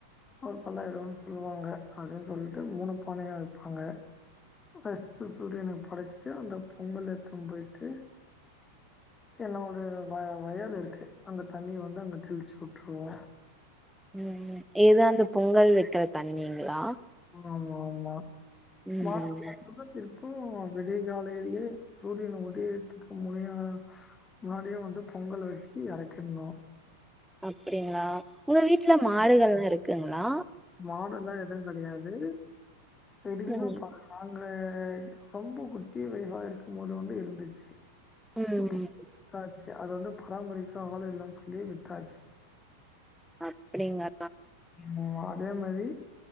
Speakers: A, on the left (about 20°); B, in the centre.
A: ஒரு பல்லாயிடுனு சொல்லுவாங்க அப்டினு சொல்லிட்டு மூனு பானையா வப்பாங்க ஃபஸ்ட்டு சூரியனுக்கு படச்சுட்டு அந்த பொங்கல எத்துனு போயிட்டு என்னோடு வய வயல் இருக்கு அந்த தண்ணிய வந்து அங்க தெளிச்சு வுட்டுருவோ
B: ம் ஏத அந்த பொங்கல் வைக்கிற தண்ணிங்களா
A: ஆமா ஆமா ஆமா
B: ம்
A: லாக் பண்றது இருக்கு விடிய காலேலயே சூரியன் உதயத்துக்கு முனையா முன்னாடியே வந்து பொங்கல வச்சு எறக்கிடுணு
B: அப்டிங்களா உங்க வீட்ல மாடுகள்ல்லா இருக்குங்களா
A: மாடெல்லா எதும் கெடையாது <unintelligible>
B: ம்
A: பா நாங்க ரொம்ப குட்டி பிள்ளகளா இருக்கு போது வந்து இருந்துச்சு
B: ம்
A: இப்போ வித்தாச்சு அது வந்து பராமரிக்க ஆள் இல்லனு சொல்லி வித்தாச்சு
B: அப்டிங்க
A: ம் அதே மாரி